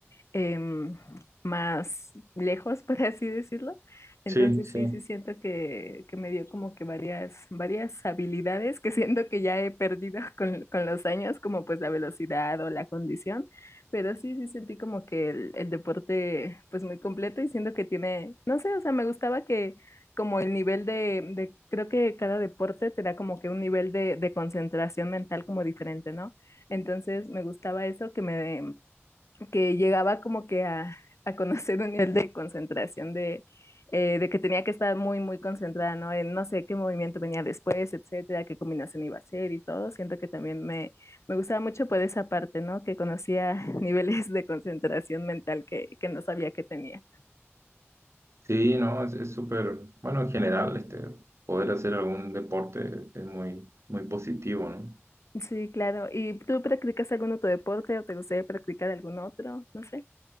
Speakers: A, on the left; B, on the right.
A: em, más lejos, <laughs> por así decirlo.
B: Sí,
A: Entonces
B: sí.
A: sí, sí siento que, que me dio como que varias, varias habilidades que <laughs> siento que ya he perdido con, con los años, como pues la velocidad o la condición, pero sí, sí sentí como que el, el deporte pues muy completo y siento que tiene, no sé, o sea, me gustaba que como el nivel de, de creo que cada deporte te da como que un nivel de, de concentración mental como diferente, ¿no? Entonces me gustaba eso que me, que llegaba como que a, a conocer un nivel de concentración de, eh, de que tenía que estar muy, muy concentrada, ¿no? En no sé qué movimiento venía después, etcétera, qué combinación iba a ser y todo. Siento que también me, me gustaba mucho por esa parte, ¿no? Que conocía <laughs> niveles de concentración mental que, que no sabía que tenía.
B: Sí, no, es es súper, bueno, en general, este, poder hacer algún deporte es muy, muy positivo, ¿no?
A: Sí, claro. ¿Y tú practicas algún otro deporte o te gustaría practicar algún otro? No sé.